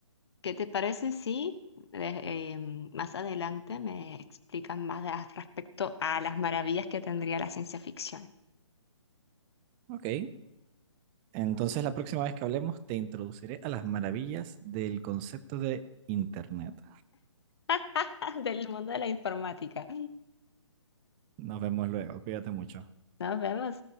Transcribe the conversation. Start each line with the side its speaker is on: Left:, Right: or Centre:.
Left: ¿Qué te parece si eh, em, más adelante me explican más de- respecto a las maravillas que tendría la ciencia ficción
Right: Ok, Entonces, la próxima vez que hablemos, te introduciré a las maravillas del concepto de Internet.
Left: <laughs> del mundo de la informática?
Right: Nos vemos luego. Cuídate mucho.
Left: Nos vemos.